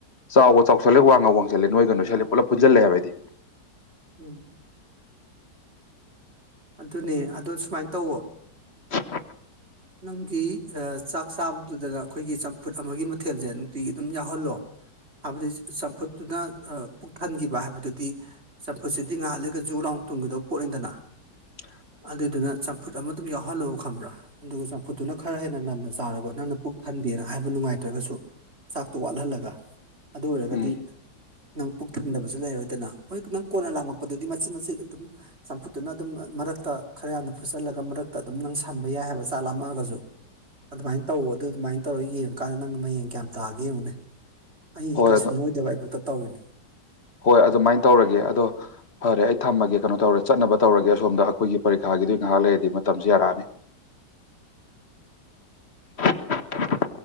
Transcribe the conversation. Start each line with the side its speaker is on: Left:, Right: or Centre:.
Left: ꯆꯥꯎꯕ ꯆꯥꯎꯁꯜꯂꯦ ꯋꯥꯡꯉꯒ ꯋꯥꯡꯁꯜꯂꯦ ꯅꯣꯏꯒꯅꯣꯏꯁꯤꯠꯂꯦ ꯄꯨꯂꯞ ꯄꯨꯟꯖꯜꯂꯦ ꯍꯥꯏꯕꯗꯤ
Right: ꯎꯝ ꯑꯗꯨꯅꯦ ꯑꯗꯨ ꯁꯨꯃꯥꯏꯅ ꯇꯧꯋꯣ
Left: <unintelligible>
Right: ꯅꯪꯒꯤ ꯆꯥꯛ ꯆꯥꯕꯗꯨꯗꯅ ꯑꯩꯈꯣꯏꯒꯤ ꯆꯝꯐꯨꯠ ꯑꯃꯒꯤ ꯃꯊꯦꯜꯁꯦ ꯅꯨꯡꯇꯤꯒꯤ ꯑꯗꯨꯝ ꯌꯥꯎꯍꯜꯂꯣ ꯍꯥꯏꯕꯗꯤ ꯆꯝꯐꯨꯠꯇꯨꯅ ꯄꯨꯛꯊꯟꯈꯤꯕ ꯍꯥꯏꯕꯗꯨꯗꯤ ꯆꯝꯐꯨꯠꯁꯤꯗꯤ ꯉꯥꯏꯍꯜꯂꯒ ꯖꯨ ꯂꯥꯎ ꯇꯨꯡꯒꯗꯧꯕ ꯄꯣꯠ ꯏꯟꯗꯅ
Left: ꯑ
Right: ꯑꯗꯨꯏꯗꯨꯅ ꯆꯝꯐꯨꯠ ꯑꯃ ꯑꯗꯨꯝ ꯌꯥꯎꯍꯜꯂꯣꯕ ꯈꯪꯕ꯭ꯔꯥ ꯑꯗꯨꯒ ꯆꯝꯐꯨꯠꯇꯨꯅ ꯈꯔ ꯍꯦꯟꯅ ꯅꯝꯅ ꯆꯥꯔꯕ ꯅꯪꯅ ꯄꯨꯛ ꯈꯟꯗꯦꯅ ꯍꯥꯏꯕ ꯅꯨꯡꯉꯥꯏꯇ꯭ꯔꯒꯁꯨ ꯆꯥꯛꯇꯣ ꯋꯥꯠꯍꯜꯂꯒ ꯑꯗꯨ ꯑꯣꯏꯔꯒꯗꯤ
Left: ꯎꯝ
Right: ꯅꯪ ꯄꯨꯛ ꯊꯟꯗꯕꯁꯨ ꯂꯩꯔꯣꯏꯗꯅ ꯍꯣꯏ ꯅꯪ ꯀꯣꯟꯅ ꯂꯥꯝꯃꯛꯛꯄꯗꯨꯗꯤ ꯃꯆꯦꯠ ꯃꯆꯦꯠ ꯑꯗꯨꯝ ꯆꯝꯐꯨꯠ ꯑꯗꯨꯅ ꯑꯗꯨꯝ ꯃꯔꯛꯇ ꯈꯔ ꯌꯥꯝꯅ ꯐꯨꯆꯜꯂꯒ ꯃꯔꯛꯇ ꯑꯗꯨꯝ ꯅꯪ ꯁꯝꯕ ꯌꯥꯏ ꯍꯥꯏꯕ ꯆꯥꯛꯥꯝꯃꯛꯑꯒꯁꯨ ꯑꯗꯨꯃꯥꯏꯅ ꯇꯧ ꯑꯗꯨ ꯑꯗꯨꯃꯥꯏꯅ ꯇꯧꯔꯒ ꯌꯦꯡꯉꯀꯥꯟꯗ ꯅꯪ ꯍꯌꯦꯡ ꯀꯌꯥꯝ ꯇꯥꯑꯒꯦ ꯌꯦꯡꯉꯨꯅꯦ ꯑꯩ
Left: ꯍꯣꯏ
Right: ꯀꯩꯁꯨ
Left: ꯑꯗꯨ
Right: ꯅꯣꯏꯗꯕ ꯑꯩꯕꯨꯛꯇ ꯇꯧꯔꯤꯅꯤ
Left: ꯍꯣꯏ ꯑꯗꯨꯃꯥꯏꯅ ꯇꯧꯔꯒꯦ ꯑꯗꯣ ꯐꯔꯦ ꯑꯩ ꯊꯝꯃꯒꯦ ꯀꯩꯅꯣ ꯇꯧꯔꯦꯠꯅꯕ ꯇꯧꯔꯒꯦ ꯑꯁꯣꯝꯗ ꯑꯩꯈꯣꯏꯒꯤ ꯄꯔꯤꯈꯥꯒꯤꯗꯨ ꯉꯥꯏꯍꯥꯛ ꯂꯩꯔꯗꯤ ꯃꯇꯝꯁꯨ ꯌꯥꯔꯛꯑꯅꯤ <unintelligible>